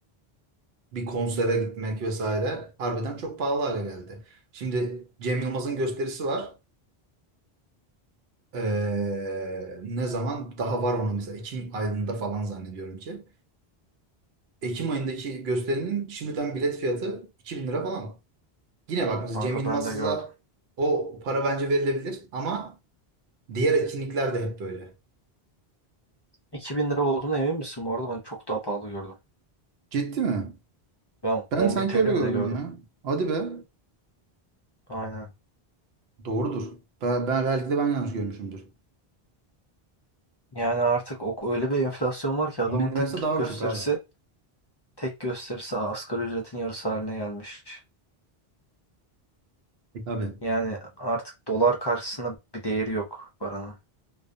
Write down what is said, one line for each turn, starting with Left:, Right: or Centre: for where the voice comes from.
Right: Bir konsere gitmek vesaire harbiden çok pahalı hale geldi. Şimdi Cem Yılmaz'ın gösterisi var. Ee, ne zaman daha var ona mesela Ekim ayında falan zannediyorum ki. Ekim ayındaki gösterinin şimdiden bilet fiyatı 2000 lira falan. Yine bak mesela
Left: Kanka
Right: Cem Yılmaz'a
Left: ben de gördüm.
Right: o para bence verilebilir ama diğer etkinlikler de hep böyle.
Left: 2000 lira olduğuna emin misin bu arada? Ben çok daha pahalı gördüm.
Right: Ciddi mi?
Left: Ben
Right: Ben
Left: 10.000
Right: sanki
Left: TL
Right: öyle gördüm
Left: mi ne gördüm?
Right: ya. Hadi be.
Left: Aynen.
Right: Doğrudur. Ben, ben- belki de ben yanlış görmüşümdür.
Left: Yani artık o, öyle bir enflasyon var ki
Right: On
Left: adamın
Right: bin
Left: tek
Right: liraysa daha
Left: gösterisi
Right: uçuk abi.
Left: tek gösterisi asgari ücretin yarısı haline gelmiş.
Right: E tabii.
Left: Yani artık dolar karşısında bir değeri yok paranın.